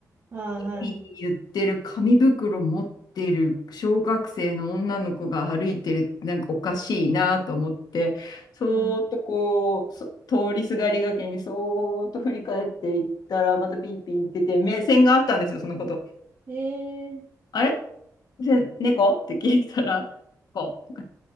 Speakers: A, on the right; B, on the left.
A: ああ、はい、
B: 言ってる紙袋持ってる小学生の女の子が歩いてるってなんかおかしいなと思って、そーっとこう、
A: は
B: そ通りすがりがけにそーっと振り返っていったら、またピーピー言ってて、目線があったんですよ、そのこと。
A: い。えー、
B: あれせ猫って聞いたら、こう。